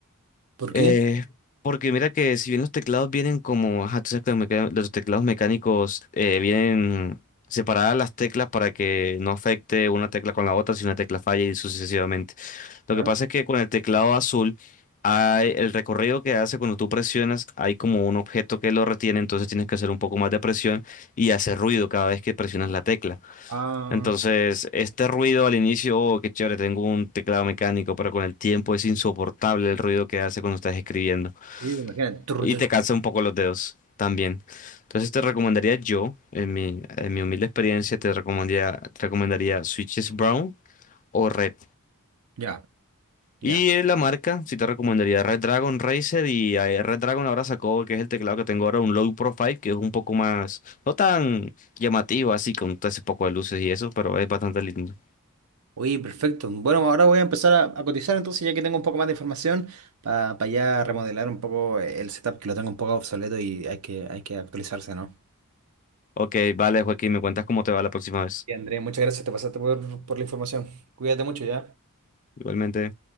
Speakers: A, on the right; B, on the left.
A: ¿Por
B: Eh,
A: qué?
B: porque mira que si bien los teclados vienen como, ajá, tú sabes que los, meca- los teclados mecánicos eh, vienen separadas las teclas para que no afecte una tecla con la otra si una tecla falla y sucesivamente. Lo
A: Claro.
B: que pasa es que con el teclado azul, hay, el recorrido que hace cuando tú presionas, hay como un objeto que lo retiene, entonces tienes que hacer un poco más de presión y hace ruido cada vez que presionas la tecla.
A: Ah,
B: Entonces, este ruido al inicio, oh, qué chévere, tengo un teclado mecánico, pero con el tiempo es insoportable el ruido que hace cuando estás escribiendo.
A: sí, imagínate. Turr,
B: Y
A: turr.
B: te cansa un poco los dedos también. Entonces, te recomendaría yo, en mi, en mi humilde experiencia, te recomendaría, te recomendaría Switches Brown o Red.
A: Ya, ya.
B: Y eh, la marca, sí te recomendaría Red Dragon Razer y eh, Red Dragon ahora sacó, que es el teclado que tengo ahora, un low profile, que es un poco más, no tan llamativo así, con todo ese poco de luces y eso, pero es bastante lindo.
A: Oye, perfecto. Bueno, ahora voy a empezar a, a cotizar entonces, ya que tengo un poco más de información, para ya remodelar un poco eh, el setup, que lo tengo un poco obsoleto y hay que, hay que actualizarse, ¿no?
B: Ok, vale, Joaquín, me cuentas cómo te va la próxima vez.
A: Y André, muchas gracias, te pasaste por, por la información. Cuídate mucho, ¿ya?
B: Igualmente.